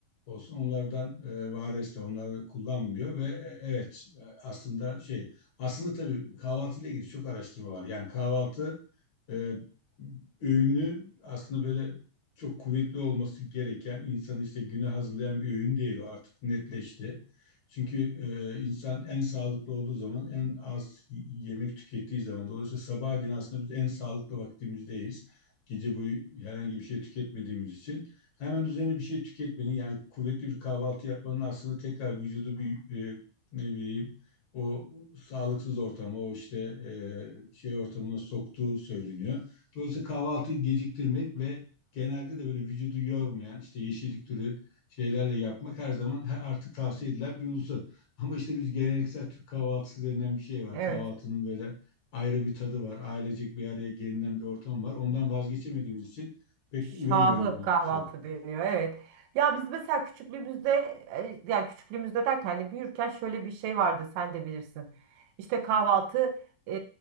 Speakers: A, on the left; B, on the right.
A: olsun onlardan e, vares de onları kullanmıyor ve e, evet e, aslında şey aslında tabii kahvaltıyla ilgili çok araştırma var. Yani kahvaltı e, öğünü aslında böyle çok kuvvetli olması gereken insanı işte güne hazırlayan bir öğün değil o artık netleşti. Çünkü e, insan en sağlıklı olduğu zaman en az yemek tükettiği zaman dolayısıyla sabahleyin aslında biz en sağlıklı vaktimizdeyiz. Gece boyu herhangi bir şey tüketmediğimiz için hemen üzerine bir şey tüketmenin yani kuvvetli bir kahvaltı yapmanın aslında tekrar vücudu bir e, ne bileyim o sağlıksız ortama o işte e, şey ortamına soktuğu söyleniyor. Dolayısıyla kahvaltıyı geciktirmek ve genelde de böyle vücudu yormayan işte yeşillik türü şeylerle yapmak her zaman her artık tavsiye edilen bir unsur. <laughs> Ama işte biz geleneksel Türk kahvaltısı denilen bir şey var.
B: Evet.
A: Kahvaltının böyle ayrı bir tadı var. Ailecek bir araya gelinen bir ortam var. Ondan vazgeçemediğimiz için pek uyamıyoruz
B: Şahı
A: bu
B: kahvaltı
A: şeyler.
B: deniyor. Evet. Ya biz mesela küçüklüğümüzde e, yani küçüklüğümüzde derken hani büyürken şöyle bir şey vardı sen de bilirsin. İşte kahvaltı e,